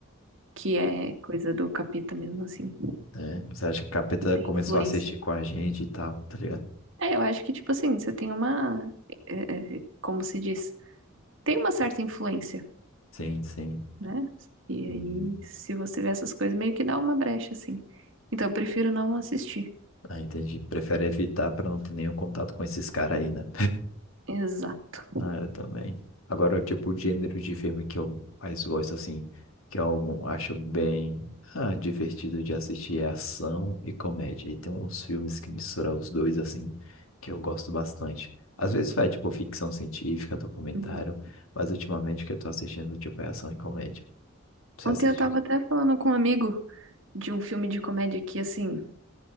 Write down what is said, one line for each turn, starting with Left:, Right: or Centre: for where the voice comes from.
Right: Que é coisa do capeta mesmo, assim.
Left: né? Você acha que o capeta
Right: Que tem
Left: começou
Right: influência.
Left: a assistir com a gente e tal, tá ligado?
Right: É, eu acho que, tipo assim, você tem uma. é, é, é, como se diz? Tem uma certa influência,
Left: Sim, sim.
Right: né? E aí,
Left: Uhum.
Right: se você vê essas coisas, meio que dá uma brecha, assim. Então, eu prefiro não assistir.
Left: Ah, entendi. Prefere evitar pra não ter nenhum contato com esses caras aí, né?
Right: Exato.
Left: Ah, eu também. Agora, tipo, o gênero de filme que eu mais gosto, assim, que eu acho bem ah, divertido de assistir é ação e comédia. E tem uns filmes que misturam os dois, assim, que eu gosto bastante. Às vezes vai, tipo, ficção científica, documentário,
Right: Uhum.
Left: mas ultimamente o que eu tô assistindo, tipo, é ação e comédia. Você
Right: Ontem
Left: assistiu?
Right: eu tava até falando com um amigo de um filme de comédia que, assim,